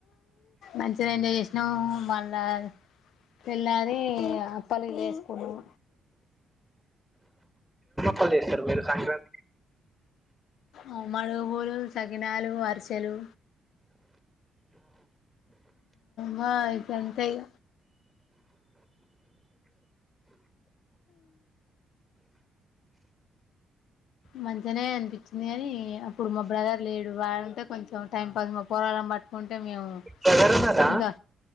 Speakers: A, on the left; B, in the centre.
A: మంచిగా ఎంజాయ్ చేసినాము మళ్ళా పెళ్ళారి అప్పలు వేసుకున్నాము
B: హోలీ వేస్తారా మీరు సంక్రాంతికి
A: ఆ మడు పూలు సకినాలు అరిసెలు మా ఇగ అంతే ఇగ మంచిగానే అనిపించింది కాని అప్పుడు మా బ్రదర్ లేడు వాళంటే కొంచెం టైం పాస్ మా పోరావలం పట్టుకుంటే మేము
B: బ్రదర్ ఉన్నారా
A: ఇంకా